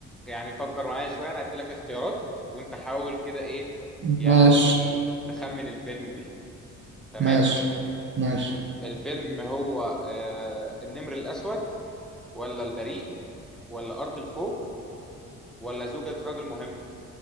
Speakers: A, in the centre; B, on the right (about 40°).
A: يعني فكر معايا شويه انا هدي لك اختيارات وانت حاول كده ايه يعني
B: ماشي
A: تخمن الفيلم مين تمام
B: ماشي ماشي
A: الفيلم هو آه النمر الاسود ولا البريء ولا ارض الخوف ولا زوجة رجل مهم